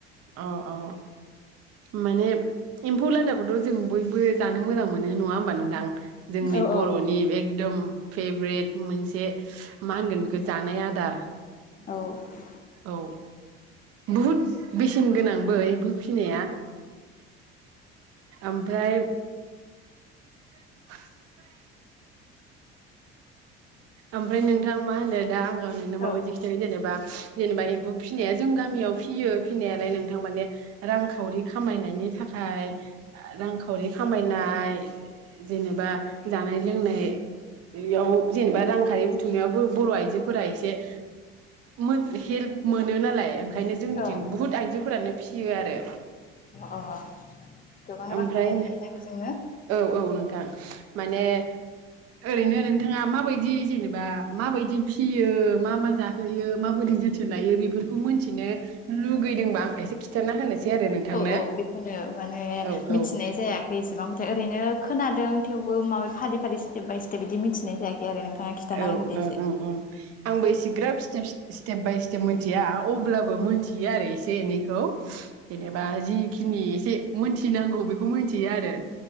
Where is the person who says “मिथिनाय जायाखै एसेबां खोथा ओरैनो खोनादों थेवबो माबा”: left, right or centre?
Left